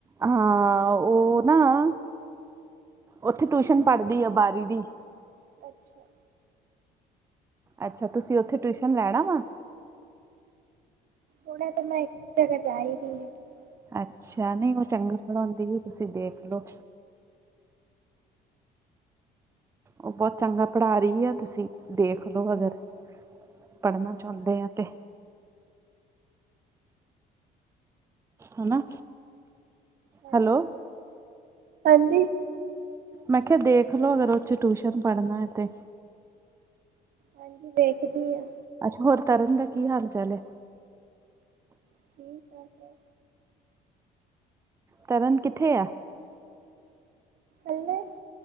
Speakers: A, on the right (about 15°); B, on the right (about 60°).
A: ਹਾਂ, ਉਹ ਨਾ, ਉੱਥੇ ਟਿਊਸ਼ਨ ਪੜਦੀ ਆ ਬਾਹਰੀ ਦੀ।
B: ਅੱਛਾ।
A: ਅੱਛਾ, ਤੁਸੀਂ ਉੱਥੇ ਟਿਊਸ਼ਨ ਲੈਣਾ ਵਾ?
B: ਹੁਣੇ ਤੇ, ਮੈਂ ਇੱਕ ਜਗ੍ਹਾ ਜਾਈ ਰਹੀ। ਹਾਂ
A: ਅੱਛਾ, ਨਹੀਂ ਉਹ ਚੰਗਾ ਪੜ੍ਹਾਉਂਦੀ ਏ, ਤੁਸੀਂ ਦੇਖਲੋ। ਉਹ ਬਹੁਤ ਚੰਗਾ ਪੜ੍ਹਾ ਰਹੀ ਆ, ਤੁਸੀਂ ਦੇਖਲੋ ਅਗਰ ਪੜ੍ਹਨਾ ਚਾਹੁੰਦੇ ਆ ਤੇ ਹਨਾ,
B: ਹਾਂਜੀ
A: ਹੈਲੋ!
B: ਹਾਂਜੀ।
A: ਮੈਂ, ਖਿਆ ਦੇਖਲੋ, ਅਗਰ ਉਥੇ ਟਿਊਸ਼ਨ ਪੜ੍ਹਨਾ ਹੈ, ਤੇ।
B: ਹਾਂਜੀ, ਵੇਖਦੀ ਹਾਂ।
A: ਅੱਛਾ, ਹੋਰ ਤਰਨ ਦਾ ਕੀ ਹਾਲ-ਚਾਲ ਏ?
B: ਠੀਕ ਹੈ।
A: ਤਰਨ, ਕਿੱਥੇ ਆ?
B: ਹੇਲੋ।